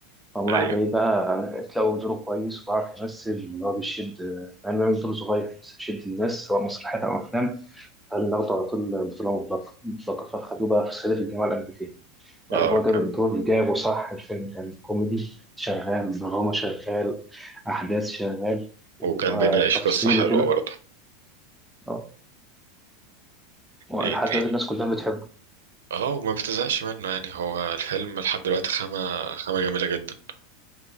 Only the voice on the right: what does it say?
أيوة
اه
كان
وكان
بيناقش
قصة حلوة
برضه
ايه
تاني
اه وما بتزهقش منه يعني هو الفيلم لحد دلوقتي خامة خامة جميلة جدا